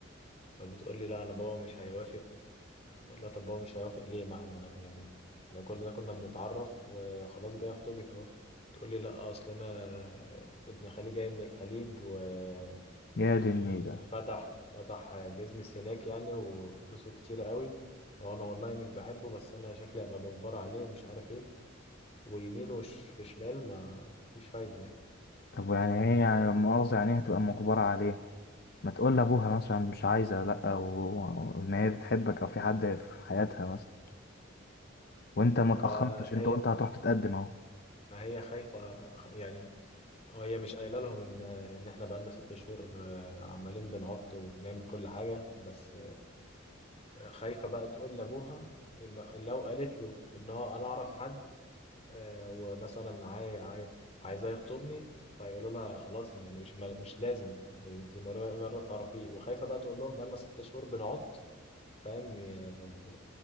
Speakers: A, on the left (about 30°); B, on the left (about 50°).
A: فبتقول لي لا انا بابا مش هيوافق بقول لها طب هو مش هيوافق ليه ما احنا يعني احنا كلنا كنا بنتعرف وخلاص جاي اخطبك اهو تقول لي لا اصل انا ابن خالي جاي من الخليج وفتح
B: يا دي النيلة
A: فتح بيزنس هناك يعني وفلوسه كتير قوي وانا والله مش بحبه بس انا شكلي ابقى مجبر عليه ومش عارف ايه ويمين وش في شمال ما ما فيش فايدة يعني
B: طب يعني ايه يعني لما مؤاخذة يعني إيه هتبقى مجبرة عليه ما تقول لابوها مثلا مش عايزة لا و- وان هي بتحبك او في حد في حياتها مثلا وانت ما اتأخرتش
A: ما
B: انت
A: هي
B: قلت هتروح تتقدم اهو
A: ما هي خايفة خ- يعني هي مش قايله لهم ان ان احنا بقالنا ست شهور آه، عمالين بنعط وبنعمل كل حاجة بس خايفة بقى تقول لأبوها إما- لو قالت له إن هو أنا أعرف حد آه، ومثلا عاي عاي عايزاه يخطبني فيقولوا لها خلاص م- مش ما- مش لازم أنت مر- مجرد تعرفيه وخايفة بقى تقول لهم بقالنا ست شهور بنعط فاهم ي-